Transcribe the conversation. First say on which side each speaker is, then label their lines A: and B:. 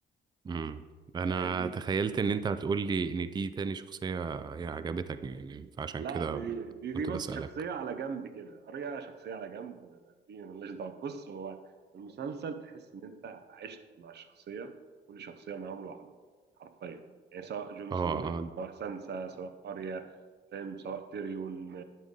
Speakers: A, on the right (about 20°); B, on the right (about 55°).
A: امم انا
B: اريا دي
A: تخيلت ان انت هتقول لي ان دي تاني شخصية هي عجبتك يعني فعشان
B: لا
A: كده
B: دي دي دي
A: كنت
B: بص
A: بسألك
B: شخصية على جنب كده قرية شخصية على جنب دي ملهاش دعوة بص هو المسلسل تحس إن أنت عشت مع الشخصية كل شخصية معاهم لوحده حرفيا يعني سواء جون
A: اه
B: سنو
A: اه
B: سواء سانسا سواء أريا فاهم سواء تيريون